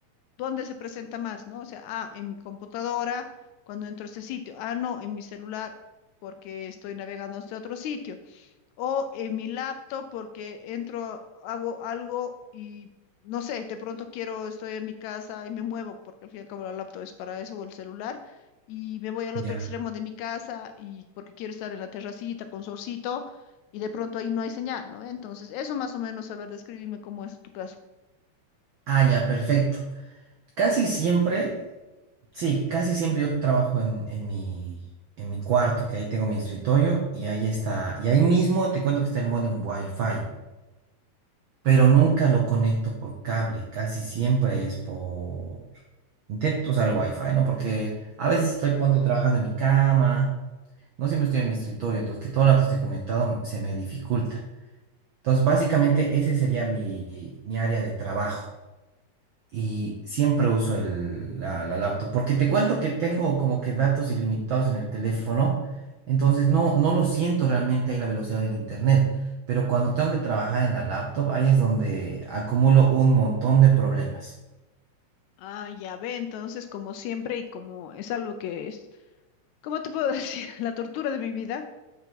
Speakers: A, on the left; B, on the right.
A: ¿dónde se presenta más, no? O sea, ah, en mi computadora, cuando entro a este sitio. Ah, no, en mi celular, porque estoy navegando a este otro sitio. O en mi laptop, porque entro, hago algo y, no sé, de pronto quiero, estoy en mi casa y me muevo, porque al fin y al cabo la laptop es para eso, o el celular. Y me voy al
B: ya.
A: otro extremo de mi casa y porque quiero estar en la terracita con solcito y de pronto ahí no hay señal, ¿no? Entonces, eso más o menos, a ver, describime cómo es tu caso.
B: Ah, ya, perfecto. Casi siempre, sí, casi siempre yo trabajo en, en mi, en mi cuarto, que ahí tengo mi escritorio y ahí está, y ahí mismo te cuento que está el modem Wi-Fi. pero nunca lo conecto por cable, casi siempre es por... Intento usar el wifi, ¿no? Porque a veces estoy, ponte, trabajando en mi cama, no siempre estoy en mi escritorio, entonces que todo el rato esté conectado se me dificulta. Entonces, básicamente ese sería mi, mi área de trabajo y siempre uso el, la, la laptop, porque te cuento que tengo como que datos ilimitados en el teléfono, entonces no, no lo siento realmente ahí la velocidad del internet, pero cuando tengo que trabajar en la laptop, ahí es donde acumulo un montón de problemas.
A: Ah, ya ve, entonces como siempre y como es algo que es, ¿cómo te puedo <laughs> decir? La tortura de mi vida